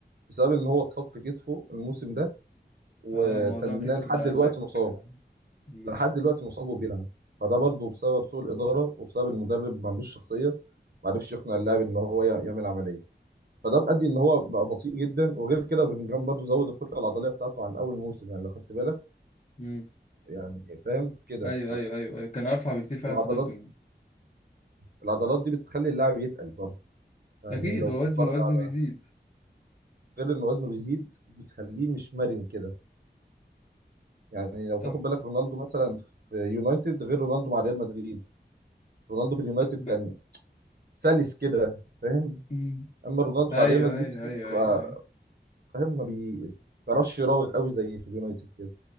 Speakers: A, on the right; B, on the left.
A: بسبب ان هو اتصاب في كتفه الموسم ده وتناه
B: اه موضوع كتفه
A: لحد
B: ده
A: دلوقتي
B: قال لك
A: مصاب
B: مم.
A: لحد دلوقتي مصاب وبيلعب فده برضه بسبب سوء الاداره وبسبب المدرب ما عندوش شخصيه ما عرفش يقنع اللاعب ان هو يع- يعمل عمليه فده مؤدي ان هو بقى بطيء جدا وغير كده بلينجهام برضه زود الكتله العضليه بتاعته عن اول موسم يعني لو خدت بالك
B: مم.
A: يعني فاهم كده
B: ايوه ايوه ايوه ايوه كان ارفع بكتير فعلا
A: فالعضلات
B: في دورتموند
A: العضلات دي بتخلي اللاعب يتقل برضه يعني
B: اكيد
A: لو
B: هو
A: تتفرج
B: وزنه وزنه
A: على
B: بيزيد
A: غير ان وزنه بيزيد بتخليه مش مرن كده يعني لو
B: طب
A: تاخد بالك رونالدو مثلا في يونايتد غير رونالدو مع ريال مدريد رونالدو في اليونايتد
B: ب...
A: كان سلس كده فاهم
B: مم.
A: اما رونالدو
B: ايوه
A: مع ريال مدريد
B: ايوه
A: تحس
B: ايوه
A: بقى
B: ايوه ايوه
A: فاهم ما بيعرفش يراوغ قوي زي في اليونايتد كده